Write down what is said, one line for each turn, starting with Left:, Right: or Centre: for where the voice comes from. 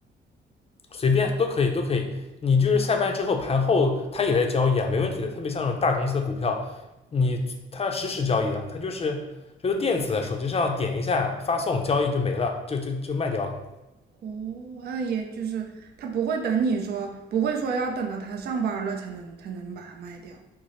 Left: 随便都可以，都可以。你就是下班之后盘后，他也在交易啊，没问题的。特别像那种大公司的股票，你他实时交易的，他就是就是电子的，手机上点一下发送交易就没了，就就就卖掉了。
Right: 哦，那也就是他不会等你说，不会说要等到他上班儿了才能才能把它卖掉。